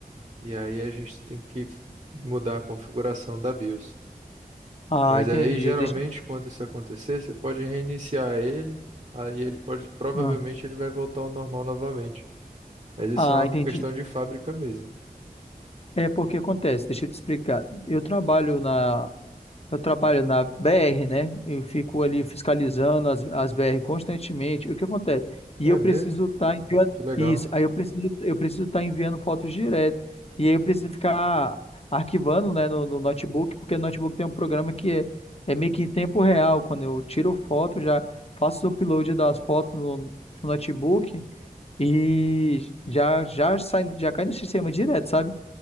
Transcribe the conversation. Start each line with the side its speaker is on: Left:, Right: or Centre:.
Right: E aí a gente tem que f- mudar a configuração da BIOS.
Left: Ah,
Right: Mas
Left: entendi.
Right: aí, geralmente,
Left: Deixa...
Right: quando isso acontecer, você pode reiniciar ele. Aí ele pode. Provavelmente
Left: Ah,
Right: ele vai voltar ao normal novamente. Mas isso
Left: ah,
Right: é uma
Left: entendi.
Right: questão de fábrica mesmo.
Left: É porque acontece, deixa eu te explicar. Eu trabalho na Eu trabalho na BR, né? Eu fico ali fiscalizando as, as BR constantemente. O que acontece? E
Right: É
Left: eu
Right: mesmo?
Left: preciso estar enviando
Right: Que legal.
Left: isso. Aí eu preciso eu preciso estar enviando fotos direto. E aí eu preciso ficar arquivando, né, no, no notebook, porque o notebook tem um programa que é, é meio que em tempo real. Quando eu tiro foto, já faço o upload das fotos no, no notebook e já já sai já cai no sistema direto, sabe?